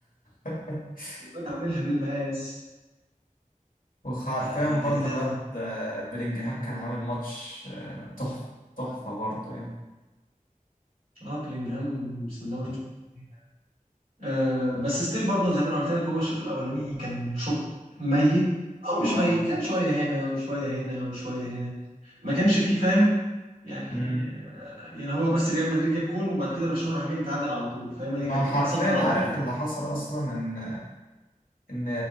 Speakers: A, on the left; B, on the right.
A: <laughs>
B: الواد عاملها بالمقاس
A: وحرفيا
B: يعني
A: برضه
B: ده ايه ده
A: الواد
B: يا-
A: آه، بلينجهام كان عامل ماتش آه، تحفة تحفة برضه يعني
B: اه بلينجهام بسم الله ما شاء الله آه بس ستيل برضه زي ما انا قلت لك هو الشوط الاولاني كان شوط ميت او مش
A: اه
B: ميت كان شويه هنا وشويه هنا وشويه هنا ما كانش فيه فاهم يعني
A: أمم.
B: آه، يعني هو بس ريال مدريد جاب جون وبعد كده برشلونه راح جاي متعادل على طول فاهم هي
A: ما
B: كانت
A: حرفيا
B: صد رده
A: عارف
B: كده
A: اللي حصل اصلا ان ان